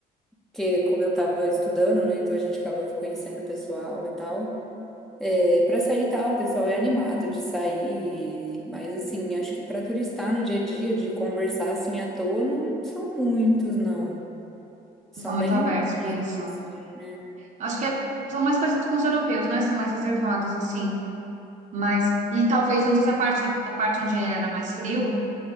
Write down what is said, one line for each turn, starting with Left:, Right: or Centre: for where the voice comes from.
Centre: que como eu tava estudando, né, então a gente acabava conhecendo o pessoal e tal. É, para sair e tal, o pessoal é animado de sair, mas assim, acho que para turistar no dia a dia, de conversar assim à toa, não são muitos, não. São
Right: Não são muito
Centre: bem.
Right: abertos para isso.
Centre: poucos, Assim,
Right: Acho que é- são mais parecidos com os europeus, né? São mais reservados, assim. Mas, e talvez, eu não sei se a parte da parte onde era mais frio.